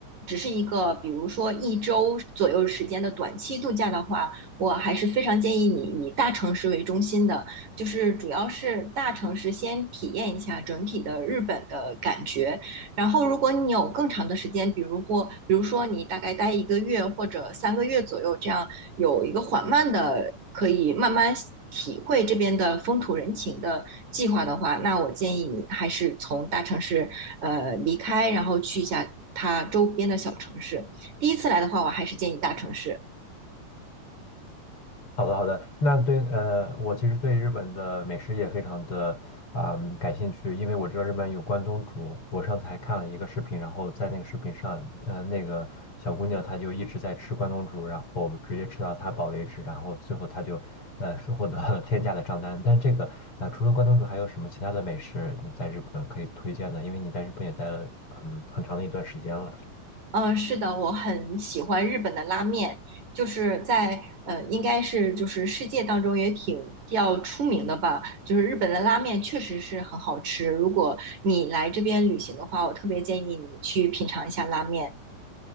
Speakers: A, on the right; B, on the left.
A: 只是一个比如说一周左右时间的短期度假的话，我还是非常建议你以大城市为中心的，就是主要是大城市先体验一下整体的日本的感觉。然后，如果你有更长的时间，比如或比如说你大概待一个月或者三个月左右这样，有一个缓慢的，可以慢慢体会这边的风土人情的计划的话，那我建议你还是从大城市呃离开，然后去一下它周边的小城市。第一次来的话，我还是建议大城市。
B: 好的，好的。那对，呃，我其实对日本的美食也非常的啊、感兴趣，因为我知道日本有关东煮。我上次还看了一个视频，然后在那个视频上，呃，那个小姑娘她就一直在吃关东煮，然后直接吃到她饱为止，然后最后她就呃是获得了天价的账单。但这个呃，除了关东煮，还有什么其他的美食你在日本可以推荐的？因为你在日本也待了嗯很长的一段时间了。
A: 嗯，是的，我很喜欢日本的拉面，就是在呃，应该是就是世界当中也挺比较出名的吧。就是日本的拉面确实是很好吃，如果你来这边旅行的话，我特别建议你去品尝一下拉面。